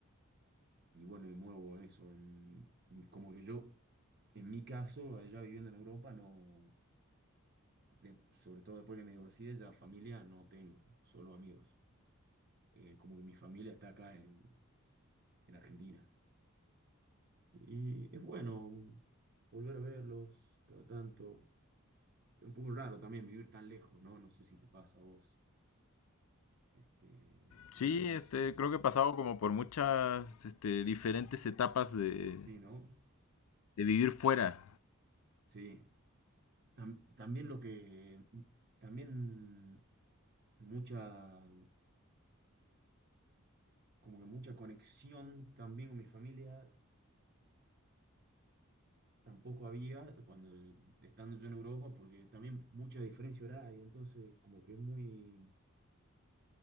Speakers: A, on the right; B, on the left.
A: y bueno, me muevo en eso. en- en- como que yo, en mi caso, allá viviendo en Europa, no, de- sobre todo después que me divorcié, ya familia no tengo, solo amigos. Eh, como que mi familia está acá en, en Argentina. Y es bueno volver a verlos cada tanto. Es un poco raro también vivir tan lejos, ¿no? No sé si te pasa a vos. Este,
B: Sí,
A: un poco
B: este,
A: eso.
B: creo que he pasado como por muchas, este, diferentes etapas de,
A: Sí, ¿no?
B: de vivir fuera.
A: Sí. Tam- también lo que, también mucha como que mucha conexión también con mi familia tampoco había cuando estando yo en Europa, porque también mucha diferencia horaria, entonces como que es muy,